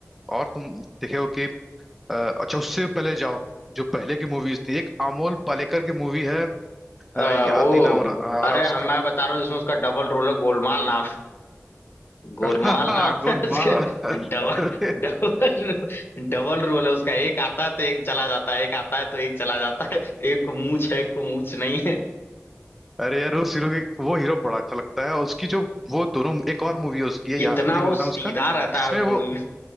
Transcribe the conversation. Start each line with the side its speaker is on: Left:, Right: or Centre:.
Centre: और तुम देखे हो कि अ, अच्छा उससे पहले जाओ जो पहले की मूवीज थी एक अमोल पालेकर की मूवी है
Left: अ,
Centre: अ, याद
Left: वो
Centre: नहीं नाम आ रहा- आ रहा
Left: अरे
Centre: उसका
Left: हम मैं बता रहा हूँ इसमें उसका डबल रोल है गोलमाल नाम है।
Centre: <laughs>
Left: गोलमाल नाम
Centre: गोलमाल
Left: है उसका डबल
Centre: अरे
Left: डबल डबल रोल है उसका एक आता है तो एक चला जाता है एक आता है तो एक चला जाता है एक को मूछ है एक को मूछ नहीं
Centre: अरे यार उस हीरो की वो हीरो बड़ा अच्छा लगता है उसकी जो वो दोनों एक और मूवी उसकी है
Left: इतना
Centre: याद नहीं मुझे
Left: वो सीधा
Centre: नाम उसका
Left: रहता
Centre: जिसमें
Left: है उस
Centre: वो
Left: मूवी